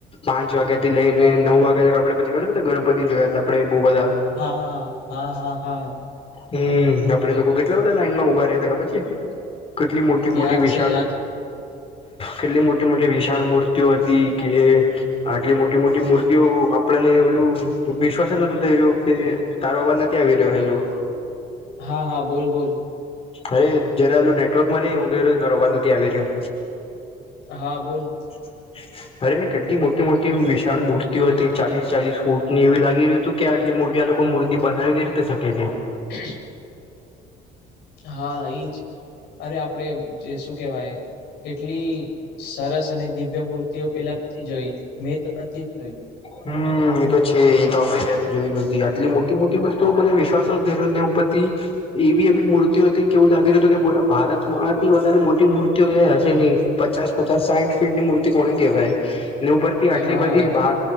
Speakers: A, on the left; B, on the left.
A: પાંચ વાગ્યા થી લઈને નવ વાગ્યા તા આપણે પછી ગણપતિ જોયા તા આપડે બહુ બધા
B: હા હા હા હા હા
A: હમ આપડે લોકો કેટલા બધા લાઈન માં ઉભા રહ્યા હતા ખબર છે. કેટલી મોટી મોટી
B: યાદ
A: વિશાળ
B: છે યાદ
A: કેટલી મોટી મોટી વિશાળ મૂર્તિઓ હતી કે આટલી મોટી મોટી મૂર્તિઓ આપણને ઓલું
B: બો-
A: વિશ્વાસ જ નતો થઈ રહ્યો કે તારો અવાજ ન આવી રહ્યો <inaudible>
B: હા હા બોલ બોલ
A: અરે જરાલું નેટવર્ક મા‌ <inaudible> અવાજ નથી આવી રહ્યો.
B: હા બોલ
A: <inaudible> અરે કેટલી મોટી મોટી વિશાળ મૂર્તિઓ હતી ચાલીસ ચાલીસ ફૂટ ની એવી લાગી રહ્યું હતું. કે આટલી મોટી આ લોકો મૂર્તિ બનાવી <inaudible>
B: <inaudible> હા એ ઈજ અરે આપડે જે શું કેવાય? એટલી સરસ અને દિવ્ય મૂર્તિઓ પેલા નથી જોઈ મેં તો નથી જોઈ.
A: હમમ એતો છે એ તો આપડે ક્યારેય જોયું નથી આટલી મોટી મોટી વસ્તુ મને વિશ્વાસ ધરવ ઉપર થી એવી એવી મૂર્તિઓ હતી કેવું લાગી રહ્યું હતું કે પૂરા ભારતમાંથી વધારે મોટી મૂર્તિઓ કયા હશે ની. પચાસ પચાસ સાયઠ ફીટની મૂર્તિ કોને કહેવાય ને ઉપરથી આટલી
B: હા
A: બધી બાર